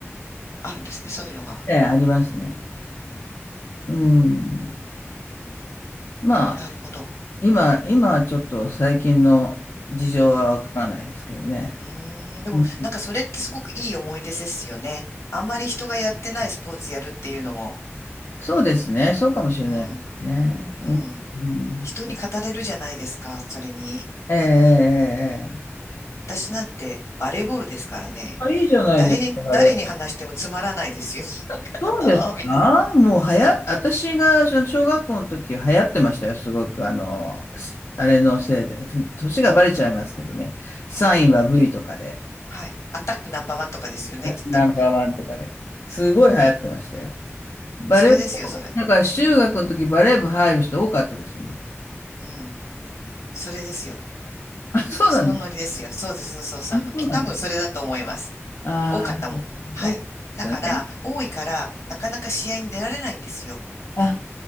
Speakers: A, on the left (about 85°); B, on the left (about 70°).
A: あるんですね、そういうのが。
B: ええ、ありますね。
A: うーん
B: うん。まあ、
A: なるほど。
B: 今、今はちょっと最近の事情はわからないですけどね。
A: うん。うーん。でも、
B: うん、
A: なんかそれってすごくいい思い出ですよね。あんまり人がやってないスポーツやるっていうのも。
B: そうですね。そうかもしれないですね。
A: うん。うん。
B: うん。うん、
A: 人に語れるじゃないですか、それに。
B: ええ、ええ、ええ。
A: 私なんてバレーボールですからね。
B: あいいじゃないですか、
A: 誰に、誰に話してもつまらないですよ。
B: あれ。
A: <laughs> なんかあーみたいな。
B: そうですかもうはや、私が小小学校の時流行ってましたよ、すごく。あの、すあれのせいで。年がバレちゃいますけどね。サインは V とかで。
A: はい。アタックナンバーワンとかですよね、きっと。
B: ナンバーワンとかで。すごい流行ってましたよ。バレー部、
A: それですよ、それ。
B: だから中学の時バレー部入る人多かったですもん。
A: うん。それですよ。
B: あ、そうなんです。
A: そのノリですよ。そうです、そうそうそう。
B: あ、そうなんです。
A: き多分それだと思います。
B: ああ、
A: 多かったもん。はい。
B: 多かったですよね。
A: だから、多いから、なかなか試合に出られないんですよ。
B: あ、